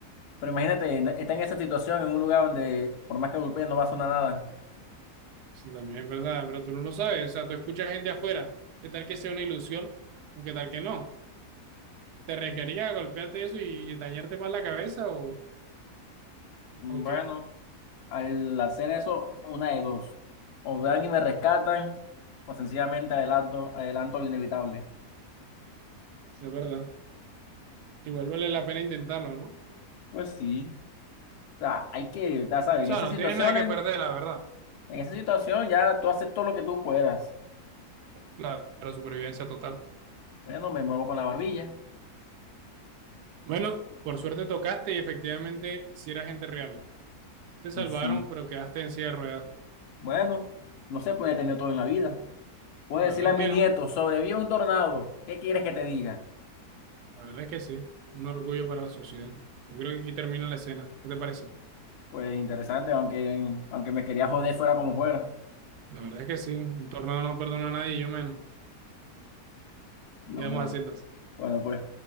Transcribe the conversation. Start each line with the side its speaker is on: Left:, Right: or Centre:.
Left: pero imagínate, en- está en esa situación, en un lugar donde por más que golpee no va a sonar nada.
Right: Eso también es verdad, pero tú no lo sabes. O sea, tú escuchas gente afuera. ¿Qué tal que sea una ilusión o qué tal que no? ¿Te requería golpearte eso y dañarte más la cabeza o,
Left: Mm,
Right: o
Left: Bueno.
Right: qué?
Left: Al hacer eso, una de dos. O vean y me rescatan, o sencillamente adelanto, adelanto lo inevitable.
Right: Es verdad. Igual vale la pena intentarlo, ¿no? O
Left: Pues sí, O sea, hay que, ya sabes,
Right: sea,
Left: en esas
Right: no
Left: situaciones,
Right: tienes nada que perder, la verdad.
Left: en esa situación ya tú haces todo lo que tú puedas.
Right: Claro, supervivencia total.
Left: Bueno, me muevo con la barbilla.
Right: Bueno, por suerte tocaste y efectivamente si era gente real. Te salvaron,
Left: sí.
Right: pero quedaste en silla de ruedas.
Left: Bueno, no se puede tener todo en la vida. Puedo
Right: La
Left: decirle
Right: verdad es
Left: a mi
Right: que
Left: nieto,
Right: no.
Left: sobrevive un tornado. ¿Qué quieres que te diga?
Right: La verdad es que sí. Un orgullo para la sociedad. Yo creo que aquí termina la escena. ¿Qué te parece?
Left: Pues interesante, aunque, aunque me quería joder fuera como fuera.
Right: La verdad es que sí. Un tornado no perdona a nadie y yo menos.
Left: Dios
Right: Quedamos
Left: mío.
Right: así entonces.
Left: Bueno, pues.